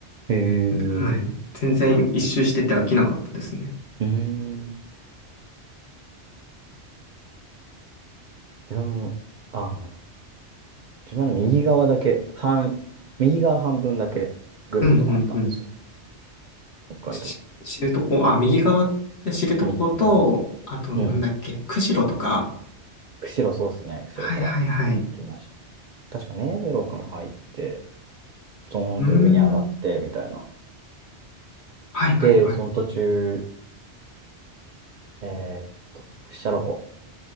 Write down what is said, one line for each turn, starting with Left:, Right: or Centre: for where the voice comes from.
Right: へえ
Left: はい。全然一周してて飽きなかったですね。
Right: うーん。自分も、ああ、自分の右側だけ、半、右側半分だけぐるっと回ったんですよ。
Left: うんうんうん。
Right: 北海道。
Left: し知床、あ、右側って知床と、
Right: 右側だけ。
Left: あと、
Right: うん。
Left: なんだっけ、釧路とか。
Right: 釧路そうっすね。釧路から
Left: はいはいはい。
Right: 来ました。確か根室から入って、ゾーンって上に上がって、
Left: うーん。
Right: みたいな。
Left: はいはいはい。
Right: で、その途中、えーっと、屈斜路湖